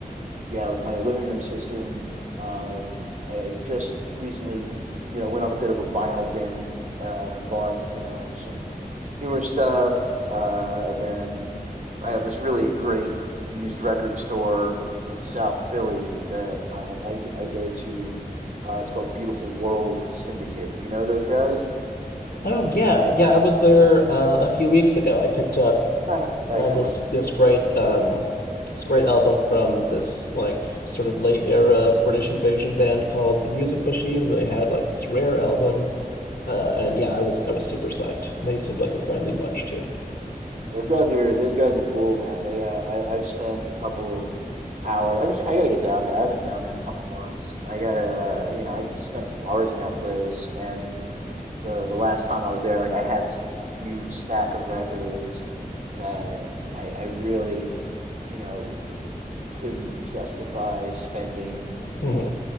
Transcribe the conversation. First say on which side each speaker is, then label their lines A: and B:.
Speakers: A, on the right; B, on the left.
A: yeah, with my living room system, um, I just recently, you know, went on a bit of a vinyl binge uh, and bought, you know, some newer stuff. Uh, and then I have this really great used record store in South Philly that uh, I g- I go to. Uh, it's called Beautiful World Syndicate. Do you know those guys?
B: Oh yeah, yeah. I was there uh, a few weeks ago. I picked up
A: <laughs> Excellent.
B: Uh, this this great um this great album from this like sort of late era British invasion band called The Music Machine. They had like this rare album, uh, and yeah, I was I was super psyched. And they seemed like a friendly bunch too.
A: Those guys are those guys are cool, man. They uh, I, I've spent a couple hours. I just, I gotta get down there. I haven't down there in a couple months. I gotta, uh, you know, I spent hours in that place, and the the last time I was there, like I had such a huge stack of records that I I really, you know, couldn't justify spending
B: hmm